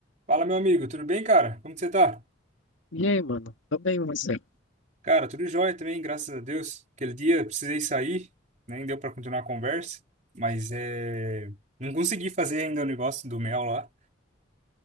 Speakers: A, on the right (about 40°); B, on the left (about 80°).
A: Fala, meu amigo, tudo bem, cara? Como que você tá?
B: E aí, mano? Tô bem, você?
A: Cara, tudo jóia também, graças a Deus. Aquele dia eu precisei sair, nem deu pra continuar a conversa, mas é... não consegui fazer ainda o negócio do mel lá,